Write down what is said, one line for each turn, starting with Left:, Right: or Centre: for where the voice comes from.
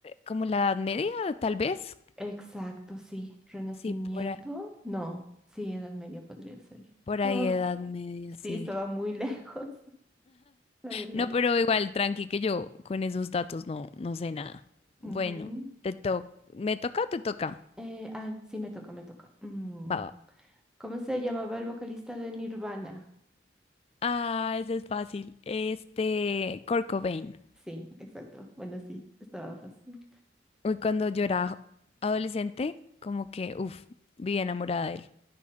Left: como la Edad Media, tal vez.
Centre: Exacto, sí. Renacimiento,
Left: Sí, por, a-
Centre: no. Sí, Edad Media podría ser.
Left: por
Centre: Oh,
Left: ahí Edad Media,
Centre: sí,
Left: sí.
Centre: estaba muy <laughs> lejos, la verdad.
Left: No, pero igual, tranqui, que yo con esos datos no, no sé nada. Bueno,
Centre: Ujú.
Left: te to ¿me toca o te toca?
Centre: Eh, ah, sí, me toca, me toca. Mm,
Left: Va, va.
Centre: ¿Cómo se llamaba el vocalista de Nirvana?
Left: Ah, ese es fácil. Este, Kurt Cobain.
Centre: Sí, exacto. Bueno, sí, estaba fácil.
Left: Uy, cuando yo era adolescente, como que, uff, vivía enamorada de él.